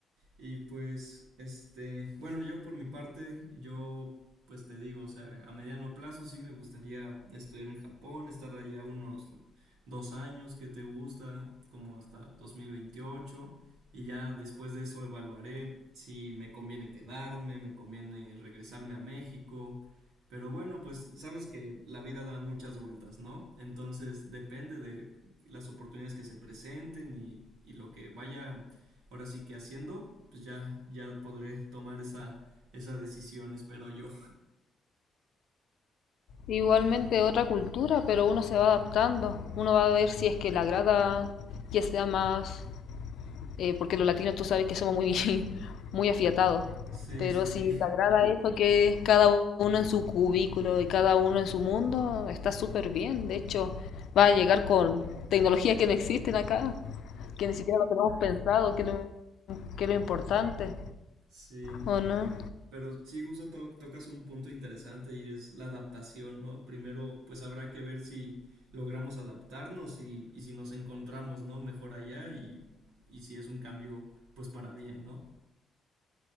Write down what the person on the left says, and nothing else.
Igualmente otra cultura, pero uno se va adaptando, uno va a ver si es que le agrada que sea más eh, porque los latinos tú sabes que somos muy, <laughs> muy afiatados.
Pero
si te agrada eso, que es cada uno en su cubículo y cada uno en su mundo, está súper bien. De hecho, va a llegar con tecnologías que no existen acá, que ni siquiera lo tenemos pensado, que es lo, que es lo importante,
¿o no?